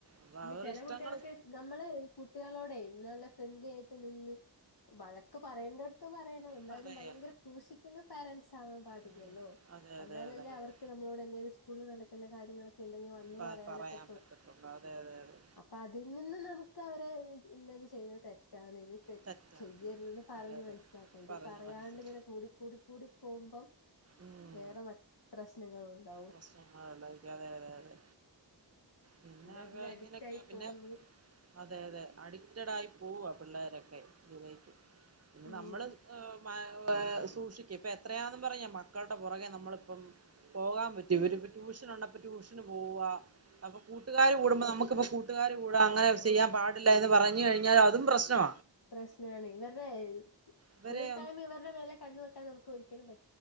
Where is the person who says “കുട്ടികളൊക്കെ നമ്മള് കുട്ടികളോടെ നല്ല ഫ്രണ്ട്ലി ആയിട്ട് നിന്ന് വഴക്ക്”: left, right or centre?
Left